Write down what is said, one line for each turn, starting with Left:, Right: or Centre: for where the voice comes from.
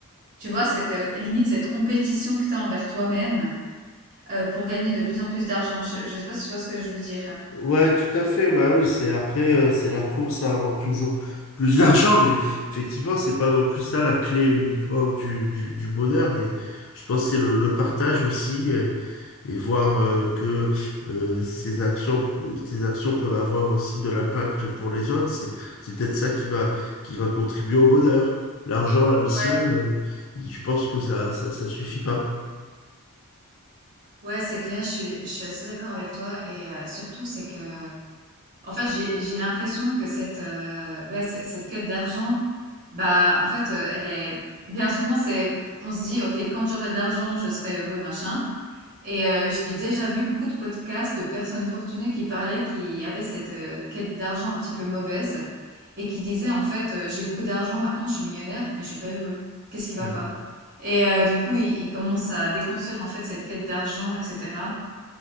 Right: Tu vois? Cette, heu, limite, cette compétition que tu as envers toi-même, heu, pour gagner de plus en plus d'argent. Je ne sais pas si tu vois ce que je veux dire?
Left: Ouais, tout à fait. Bah oui, c'est après, euh, c'est la course à avoir toujours plus d'argent, mais effectivement, c'est pas non plus ça la clé uniquement du, du, du bonheur. Et je pense que c'est le, le partage aussi, euh, et voir euh, que euh, ces actions, euh, ces actions peuvent avoir aussi de l'impact pour les autres. C'est, c'est peut-être ça qui va, qui va contribuer au bonheur. L'argent à lui seul,
Right: Ouais,
Left: euh, je pense que ça, ça, ça suffit pas.
Right: ouais, c'est clair, je suis, je suis assez d'accord avec toi. Et euh, surtout, c'est que, en fait, j'ai, j'ai l'impression que cette, euh, ouais, ce- cette quête d'argent, bah, en fait, euh, elle est, bien souvent, c'est, on se dit, OK, quand j'aurai de l'argent, je serai heureux, machin. Et heu, j'ai déjà vu beaucoup de podcasts de personnes fortunées qui parlaient, qui avaient cette, heu, quête d'argent un petit peu mauvaise et qui disaient en fait, heu: «J'ai beaucoup d'argent maintenant, je suis millionnaire, mais je suis pas heureux. Qu'est-ce qui va
Left: Euh,
Right: pas?» et heu, du coup, ils ils commencent à déconstruire en fait cette quête d'argent et cetera,